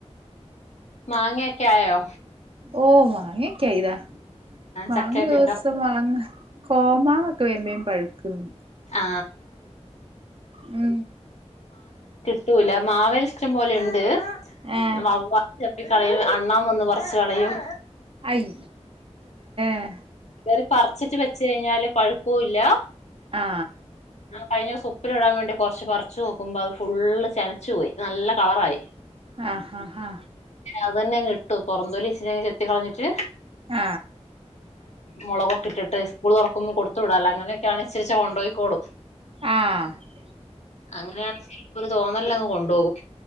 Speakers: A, on the left; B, on the right.
A: മാങ്ങേക്കെ യായോ
B: ഓ മാങ്ങേക്കായി ദാ വാങ്ങു
A: ചക്കയൊക്കെ
B: ദിവസംമാങ്ങ
A: ഉണ്ടോ
B: കോമാക്ക് പിന്നേം പഴുക്കുന്നു
A: ആ.....
B: ആ
A: റ്റൂല്ല മാവേല് ഇഷ്ടം പോലെ ഒണ്ട് <unintelligible>
B: ഏഹ്
A: കളയും അണ്ണാൻ വന്ന് പറിച് കളയും
B: അയ് <inaudible>
A: കേറി പറിച്ചെച്ച് വെച്ച് കഴിഞ്ഞാൽ പഴുകുല്ലാ
B: ആ
A: കഴിഞ്ഞ ദിവസം ഉപ്പിലിടാൻ വേണ്ടി കുറച്ച് പറിച്ച് നോക്ക്മ്പോ ഫുൾ ചെനച്ചു പോയി നല്ല കളർ ആയി
B: ആ ഹാ ഹാ
A: അതന്നെ കിട്ടോ പുറന്തൊലി ഇച്ചിരിയങ്ങ് ചെത്തി കളഞ്ഞിട്ട്
B: ആ
A: മൊളക്ഒക്കെ ഇട്ടിട്ടു സ്കൂൾ തൊറക്കുമ്പോ കൊടുത്തു വിടാലോ അങ്ങനെയൊക്കെ ആണേ ഇച്ചിരിച്ചെ കൊണ്ട് പോയിക്കോളും
B: ആഹ് ആഹ്
A: അങ്ങനെയാണെങ്കിൽ ശരിക്കും ഒരു തോന്നലിന് അങ്ങ് കൊണ്ടോകും